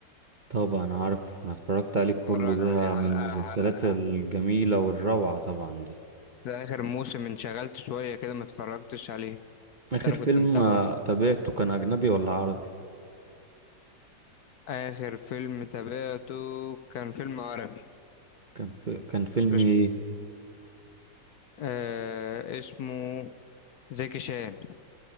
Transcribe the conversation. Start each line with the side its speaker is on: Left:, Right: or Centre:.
Right: طبعا عارف أنا اتفرجت عليه
Left: بتفرج
Right: كله ده
Left: عليه حلقة
Right: من المسلسلات
Left: حلقة
Right: الجميلة والروعة طبعا دي
Left: ده آخر موسم انشغلت شوية كده ما اتفرجتش عليه بس
Right: آخر
Left: أنا
Right: فيلم
Left: كنت متابعه
Right: آه،
Left: من
Right: تابعته كان أجنبي ولا عربي؟
Left: آخر فيلم تابعته كان فيلم عربي
Right: كان في... كان فيلم
Left: مش-
Right: ايه؟
Left: آه اسمه زكي شان